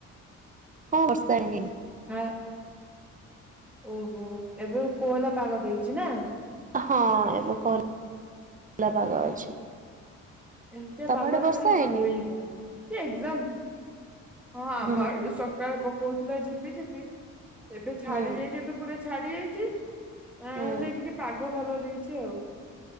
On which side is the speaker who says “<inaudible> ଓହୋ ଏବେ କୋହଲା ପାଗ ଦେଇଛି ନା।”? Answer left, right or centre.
Centre